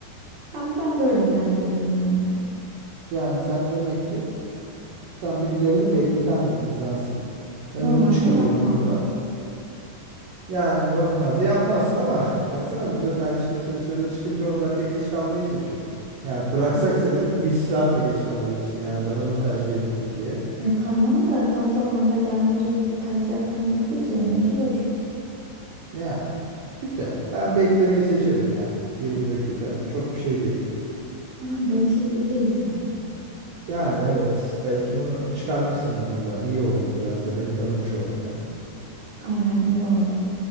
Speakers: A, on the right; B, on the right.
A: Ben ben böyle tercih ediyorum madem.
B: Yani sen demek ki Sen birilerini bekleten bir insansın. Ben
A: Normalde
B: onu çıkarıyorum
A: yapmam.
B: burada. Yani normalde yapmazsın ama <laughs> baksana burada tercih meselesi öne çıkınca 10 dakika geç kalmayı seçiyorsun. Yani bıraksak
A: Evet.
B: seni bir saat de geç kalabilirsin. Yani ben onu tercih ettim diye.
A: Ya tamam da tam zamanda gelme gibi bir tercih hakkım yoktu ki mecbur.
B: Ya güzel. Ben beklemeyi seçerim ya. 20 dakika çok bir şey değil.
A: Ya bencil biri değilsin.
B: Yani evet belki bunu çıkarmışsındır buradan. İyi oldu biraz da beni tanımış oldun.
A: Aynen iyi oldu.